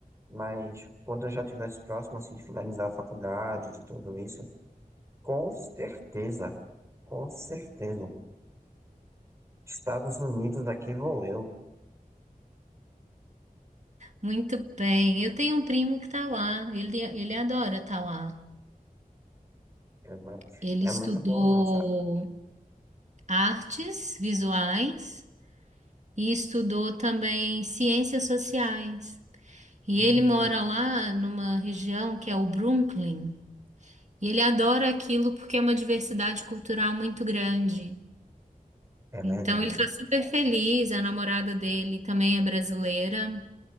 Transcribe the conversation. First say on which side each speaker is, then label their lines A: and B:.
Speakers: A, on the right (about 20°); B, on the right (about 50°).
A: mas quando eu já estivesse próximo assim, de finalizar a faculdade, de tudo isso, com certeza, com certeza. Estados Unidos, aqui vou eu.
B: Muito bem. Eu tenho um primo que tá lá. Ele, ele adora estar lá.
A: É, mu-
B: Ele
A: é
B: estudou
A: muito bom, não, sabe?
B: artes visuais e estudou também ciências sociais. E
A: Hum,
B: ele mora lá numa região que é o Brooklyn. E ele adora aquilo porque é uma diversidade cultural muito grande.
A: é verdade.
B: Então ele está super feliz. A namorada dele também é brasileira